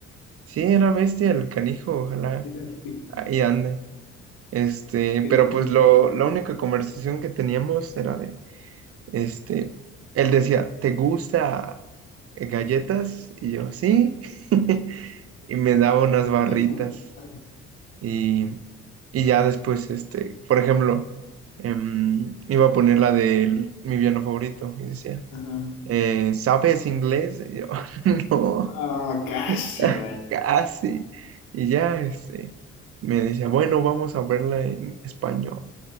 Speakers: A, on the right; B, on the left.
A: Sí, era bestia el canijo, ojalá
B: qué loco,
A: ahí ande. Este,
B: qué
A: pero
B: loco.
A: pues lo, la única conversación que teníamos era de, este, él decía, ¿te gusta galletas? Y yo, sí. <laughs> Y me daba unas barritas.
B: Bien complicado.
A: Y, y ya después, este, por ejemplo, em, iba a poner la de mi piano favorito y decía,
B: Ajá.
A: Eh, ¿sabes inglés? Y yo, <laughs> no,
B: Ah, casi,
A: <laughs>
B: vale.
A: casi. Y ya, este, me decía, bueno, vamos a verla en español.